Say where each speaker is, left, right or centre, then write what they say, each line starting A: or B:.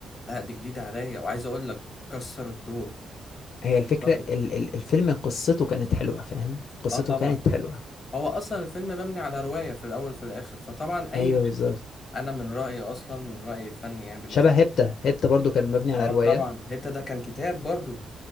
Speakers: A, on the left; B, on the left.
A: لا دي جديدة عليا وعايز اقول لك كسر الدور
B: هي
A: كسره.
B: الفكرة ال ال الفيلم قصته كانت حلوة فاهم قصته
A: اه طبعا
B: كانت حلوة
A: هو اصلا الفيلم مبني على رواية في الاول في الاخر فطبعا اي
B: ايوه
A: فيلم
B: بالظبط
A: انا من رأيي اصلا من رأيي الفني يعني بالنسبة
B: شبه هيبتا
A: لي
B: هيبتا برضه كان مبني على
A: اه
B: رواية
A: طبعا هيبتا ده كان كتاب برضو